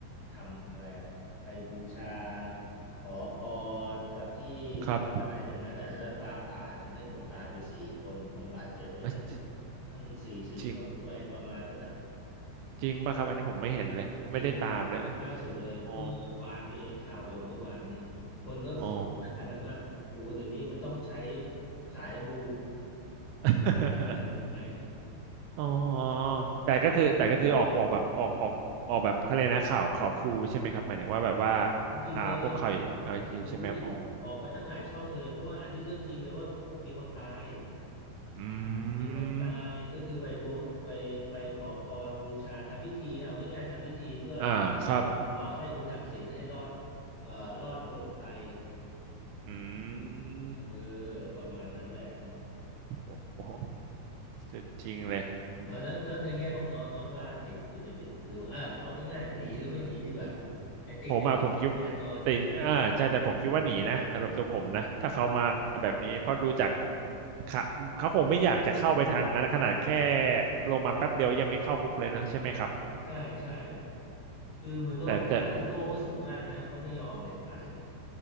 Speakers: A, on the left; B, on the right.
A: ทำอะไรอ่ะไปบูชาขอพรกับที่ที่วัดอะไรตรงนั้นอ่ะแล้วฟ้าผ่าทำให้คนตายไปสี่คนคนบาดเจ็บไปตั้ง
B: ครับอ่ะจ
A: ตั้งสี่สิบคนหรือไปประมาณนั้นอ่ะ
B: จริงจริงป่ะครับอันนี้ผมไม่เห็นเลยไม่ได้ตามเลย
A: จริงจริงจริงล่าสุดเลยเมื่อวานนี้เองข่าวลงเมื่อวานนี้เองคนก็สบหน้ากันว่าโอ้เดี๋ยวนี้มันต้องใช้
B: อ๋ออ๋อ
A: สายมู
B: <laughs>
A: มันกันแล้วเหรือหรือยังไง
B: อ๋อแต่ก็คือแต่ก็คือออกออกแบบออกออกออกแบบเขาเลยกนะข่าวข่าวทรูใช่ไหมครับหมายถึงว่าแบบว่า
A: ของจริงเลย
B: อ่าพวกข่าวข่าวจริงๆใช่ไหมครับอ๋อ
A: โอ้ยออกมาตั้งหลายช่องเลยเพราะว่าอันนี้เรื่องจริงเลยว่ามีคนตาย
B: อืม
A: มีคนตายก็คือไปบูไปไปขอพรบูชาทำพิธีเอาง่ายๆทำพิธีเพื่อ
B: อ่าครับ
A: สะเดาะเคราะห์ให้คุณทักษิณให้รอดเอ่อรอดพ้นภัย
B: อืม
A: เออประมาณนั้นแหละ
B: โอ้โหสุดจริงเลย
A: เอาแล้วแล้วในแง่ของน้องน้องว่าติดหรือไม่ติดหรือว่าอ่ะเอาง่ายๆหนีหรือไม่หนีดีกว่า
B: เออ
A: ไอ้ติดเนี่ยมันต้องติดแน่นอน
B: ผมอ่ะผมคิดติดอ่าใช่แต่ผมคิดว่าหนีนะสำหรับตัวผมนะ ถ้าเขามาแบบนี้ เพราะดูจากเขาเขาคงไม่อยากจะเข้าไปทางนั้นขนาดแค่ลงมาแป๊บเดียวยังไม่เข้าคุกเลยนะใช่ไหมครับ
A: ใช่ใช่คือเหมือนก็โอ้โหอีโก้ก็สูงมากนะเขาไม่ยอมเด็ดขาดเลยนะ
B: แต่แต่